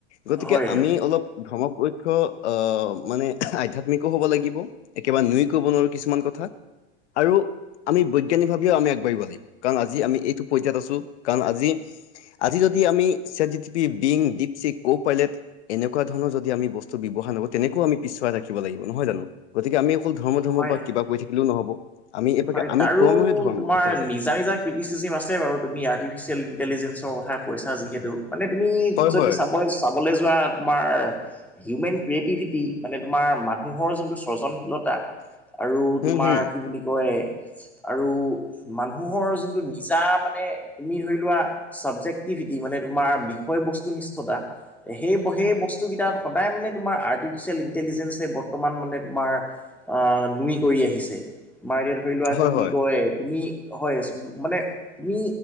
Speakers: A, on the left (about 75°); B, in the centre.
A: গতিকে
B: হয়,
A: আমি অলপ ধৰ্ম পক্ষ আহ মানে আহ আধ্যাত্মিকো হ'ব লাগিব। একেবাৰে নুই ক'ব নোৱাৰোঁ কিছুমান কথা আৰু আমি বৈজ্ঞানিক ভাৱেও আমি আগবাঢ়িব লাগিব। কাৰণ আজি আমি এইটো পৰ্যায়ত আছোঁ কাৰণ আজি আজি যদি আমি set G P T, Bing, DeepSeek, Copilot, এনেকুৱা ধৰণৰ যদি আমি বস্তু ব্যৱহাৰ নকৰোঁ, তেনেকৈও আমি পিছুৱাই ৰাখিব লাগিব নহয় জানো? গতিকে আমি অকল ধৰ্ম ধৰ্মৰ
B: হয়,
A: পৰা কিবা কৰি থাকিলেও নহ'ব। আমি এইভাগে
B: হয়,
A: আমি
B: তাৰো
A: কৰ্মই ধৰ্ম
B: তোমাৰ
A: আচলতে।
B: নিজা নিজা কৃটিছিজিম আছে বাৰু তুমি আৰ্টিফিচিয়েল ইণ্টেলিজেঞ্চৰ কথা কৈছা যিহেতু। মানে তুমি
A: হয়
B: যদি
A: হয়,
B: চাব চাবলৈ যোৱা তোমাৰ হিউমেন ক্ৰিয়েটিভিটি মানে তোমাৰ মানুহৰ যোনটো সজনশীলতা। আৰু
A: হুম
B: তোমাৰ
A: হুম,
B: কি বুলি কয় আৰু মানুহৰ যোনটো নিজা মানে তুমি ধৰি লোৱা চাবজেক্টিভিটি মানে তোমাৰ বিষয়বস্তু নিষ্ঠতা। সেই ব সেই বস্তুকেইটাত সদায় মানে তোমাৰ আৰ্টিফিচিয়েল ইণ্টেলিজেঞ্চে বৰ্তমান মানে তোমাৰ আহ নুই কৰি আহিছে। আমাৰ এতিয়া ধৰি লোৱা
A: হয়
B: কি বুলি
A: হয়,
B: কয় তুমি হয় মানে তুমি